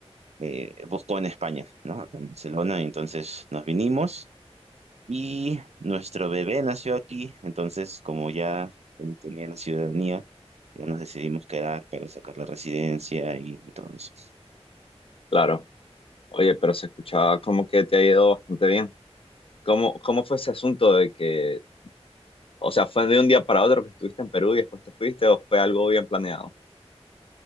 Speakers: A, on the right (about 75°); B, on the left (about 55°).
A: eh, buscó en España, ¿no? Acá en Barcelona, entonces nos vinimos y nuestro bebé nació aquí, entonces como ya él tenía la ciudadanía, ya nos decidimos quedar para sacar la residencia y, y todo eso.
B: Claro. Oye, pero se escuchaba como que te ha ido bastante bien. ¿Cómo, cómo fue ese asunto de que, o sea, fue de un día para otro que estuviste en Perú y después te fuiste o fue algo bien planeado?